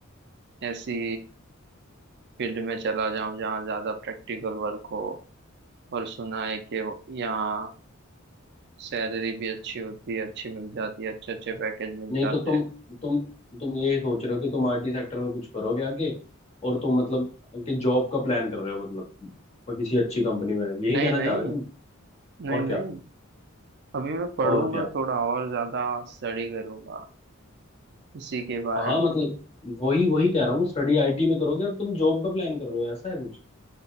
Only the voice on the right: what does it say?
ऐसी फील्ड में चला जाऊं जहाँ ज्यादा प्रैक्टिकल वर्क हो और सुना है कि यहाँ सैलरी भी अच्छी होती है अच्छी मिल जाती है अच्छे अच्छे पैकेज मिल
जाते
हैं
नहीं
नहीं
नहीं
नहीं
अभी मैं पढ़ूंगा
थोड़ा और ज्यादा स्टडी करूंगा इसी के बारे
में